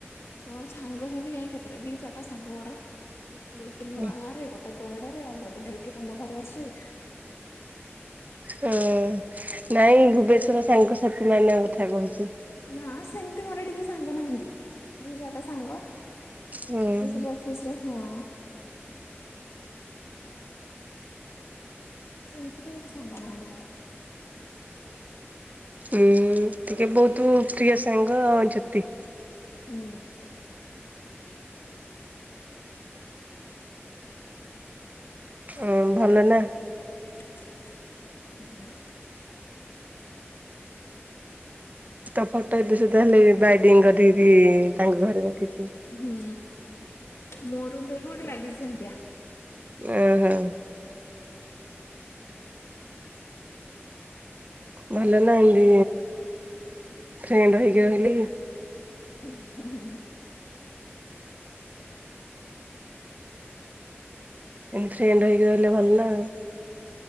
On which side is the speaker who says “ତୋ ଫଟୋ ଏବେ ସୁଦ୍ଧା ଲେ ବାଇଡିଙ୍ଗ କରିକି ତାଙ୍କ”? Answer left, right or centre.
Right